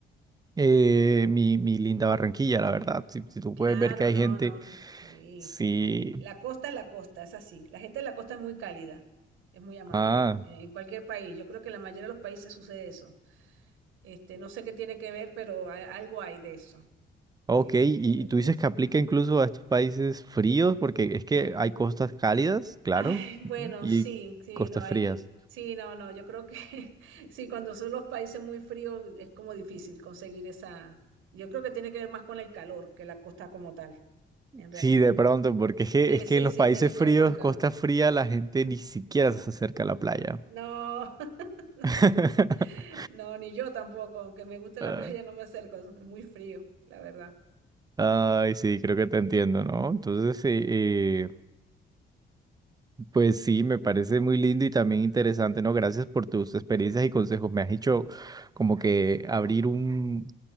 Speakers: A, on the right; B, on the right.
A: eh, mi, mi linda Barranquilla, la verdad. Si, si tú
B: Claro,
A: puedes ver que hay
B: no,
A: gente,
B: no. Sí.
A: sí.
B: La costa es la costa, es así. La gente de la costa es muy cálida, es muy amable,
A: Ah,
B: eh, en cualquier país. Yo creo que en la mayoría de los países sucede eso. Este, no sé qué tiene que ver, pero a- algo hay de eso,
A: ok.
B: eh,
A: Y,
B: por la
A: y
B: diferencia.
A: tú dices que aplica incluso a estos países fríos, porque es que hay costas cálidas, claro,
B: Ay, bueno,
A: Ujú. y
B: sí, sí,
A: costas
B: no, hay,
A: frías.
B: sí, no, no, yo creo que <laughs> sí, cuando son los países muy fríos es como difícil conseguir esa, yo creo que tiene que ver más con el calor que la costa como tal, en realidad.
A: Sí, de pronto, porque es que,
B: Sí,
A: es que
B: sí,
A: en los
B: sí,
A: países
B: tiene
A: fríos,
B: que ver con el calor.
A: costa fría, la gente ni siquiera se acerca a la playa.
B: No, <laughs> no.
A: <laughs>
B: No, ni yo tampoco, aunque me guste
A: Ah,
B: la playa, no me acerco, es muy frío, la verdad.
A: Ay, sí, creo que te entiendo, ¿no? Entonces, sí. eh, Pues sí, me parece muy lindo y también interesante, ¿no? Gracias por tus experiencias y consejos. Me has hecho como que abrir un,